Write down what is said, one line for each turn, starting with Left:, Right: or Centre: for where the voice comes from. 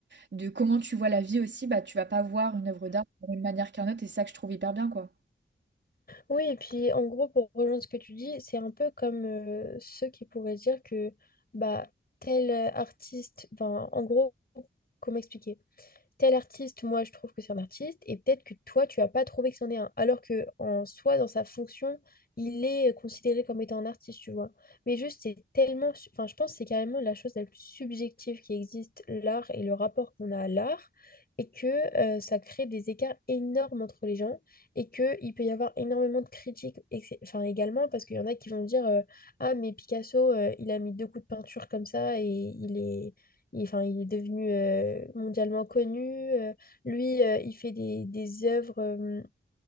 Right: de comment tu vois la vie aussi, bah tu vas pas voir une œuvre d'art de la même manière qu'un autre et c'est ça que je trouve hyper bien quoi.
Left: Oui, et puis en gros, pour rejoindre ce que tu dis, c'est un peu comme euh, ceux qui pourraient dire que bah tel euh, artiste, enfin en gros, comment expliquer? tel artiste, moi je trouve que c'est un artiste, et peut-être que toi tu as pas trouvé que c'en est un, alors que en soi, dans sa fonction, il est considéré comme étant un artiste, tu vois. Mais juste, c'est tellement, su- enfin je pense que c'est carrément la chose la plus subjective qui existe, l'art et le rapport qu'on a à l'art, et que euh, ça crée des écarts énormes entre les gens, et qu'il peut y avoir énormément de critiques, et que c'est- enfin également, parce qu'il y en a qui vont dire, euh, ah mais Picasso, euh, il a mis deux coups de peinture comme ça, et il est il, enfin, il est devenu euh, mondialement connu. Euh, lui, euh, il fait des, des œuvres, euh,